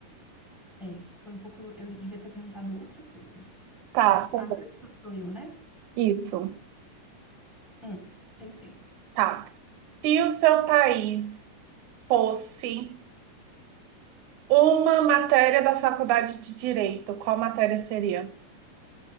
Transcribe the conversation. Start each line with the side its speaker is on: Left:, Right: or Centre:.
Centre: É, foi um pouco. Eu devia ter perguntado outra coisa.
Right: tá,
Centre: Tá,
Right: tá bom.
Centre: agora sou sou eu, né?
Right: Isso,
Centre: Hum, pensei.
Right: tá. Se o seu país fosse uma matéria da faculdade de Direito, qual matéria seria?